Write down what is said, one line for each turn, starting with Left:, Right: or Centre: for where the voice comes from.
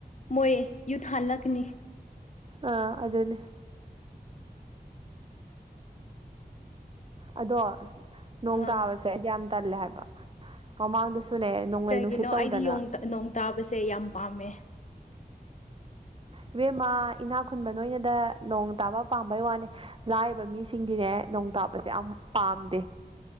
Left: ꯃꯣꯏ ꯌꯨꯠ ꯍꯥꯜꯂꯛꯀꯅꯤ
Right: ꯑꯝ ꯑꯗꯨꯅꯦ ꯑꯗꯣ ꯅꯣꯡ
Left: ꯑꯥ
Right: ꯇꯥꯕꯁꯦꯗꯤ ꯌꯥꯝ ꯇꯜꯂꯦ ꯍꯥꯏꯕ ꯃꯃꯥꯡꯗꯁꯨꯅꯦ ꯅꯣꯡꯂꯩ
Left: ꯀꯩꯒꯤꯅꯣ
Right: ꯅꯨꯡꯁꯤꯠ ꯇꯧꯗꯅ
Left: ꯑꯩꯗꯤ ꯌꯣꯡ ꯅꯣꯡ ꯇꯥꯕꯁꯦ ꯌꯥꯝ ꯄꯥꯝꯃꯦ
Right: ꯏꯕꯦꯝꯃ ꯏꯅꯥ ꯈꯨꯟꯕ ꯅꯣꯏꯅꯗ ꯅꯣꯡ ꯇꯥꯕ ꯄꯥꯝꯕꯩ ꯋꯥꯅꯦ ꯂꯥꯏꯔꯤꯕ ꯃꯤꯁꯤꯡꯗꯤꯅꯦ ꯅꯣꯡ ꯇꯥꯞꯕꯁꯦ ꯌꯥꯝ ꯄꯥꯝꯗꯦ